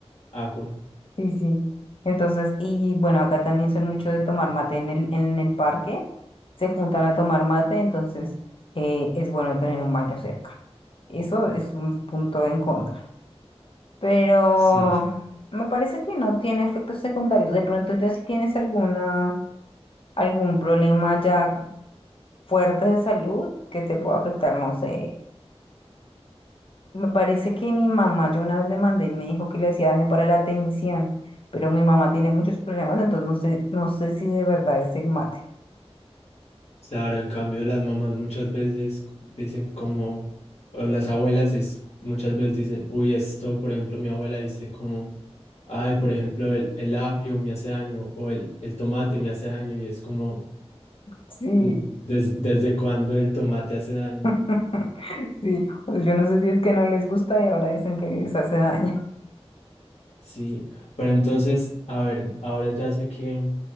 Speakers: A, on the left; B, on the left.
A: agua.
B: Sí, sí. Entonces, y bueno, acá también son mucho de tomar mate en el, en el parque. Se juntan a tomar mate, entonces eh, es bueno tener un baño cerca. Eso es un punto en contra. Pero
A: Sí,
B: me parece que no tiene efectos secundarios. De pronto ya si tienes alguna, algún problema ya fuerte de salud que te pueda afectar, no sé, Me parece que mi mamá, yo una vez le mandé y me dijo que le hacía daño para la atención, pero mi mamá tiene muchos problemas, entonces no sé, no sé si de verdad es el mate.
A: claro, en cambio las mamás muchas veces dicen como, o las abuelas es, muchas veces dicen, uy, esto, por ejemplo, mi abuela dice como, ay, por ejemplo, el, el apio me hace daño o el, el tomate me hace daño y es como,
B: Sí,
A: "Mm, ¿des- ¿desde cuándo el tomate hace daño?
B: <laughs> sí, o yo no sé si es que no les gusta y ahora dicen que les hace daño.
A: Sí, pero entonces, a ver, ahora ya sé que,